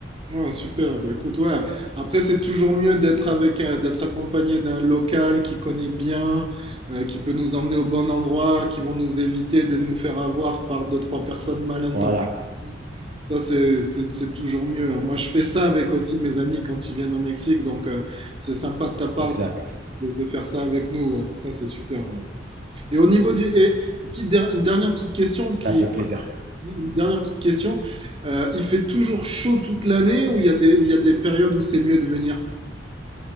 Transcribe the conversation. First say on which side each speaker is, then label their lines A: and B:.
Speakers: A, on the right (about 30°); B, on the right (about 50°).
A: ouais, super. Bah, écoute, ouais. Après, c'est toujours mieux d'être avec, un- d'être accompagné d'un local qui connaît bien, euh, qui peut nous emmener au bon endroit, qui vont nous éviter de nous faire avoir par deux, trois personnes mal intentionnées.
B: Voilà,
A: Ça, c'est c'est- c'est toujours mieux. hein. Moi, je fais ça avec aussi mes amis quand ils viennent au Mexique. Donc, euh, c'est sympa de ta part
B: exact.
A: de, de- de faire ça avec nous. ouais. Ça, c'est super. ouais. Et au niveau du... Et une petite der- une dernière petite question qui,
B: Ça fait plaisir.
A: Une dernière petite question. Euh, il fait toujours chaud toute l'année ou il y a des, ou il y a des périodes où c'est mieux de venir?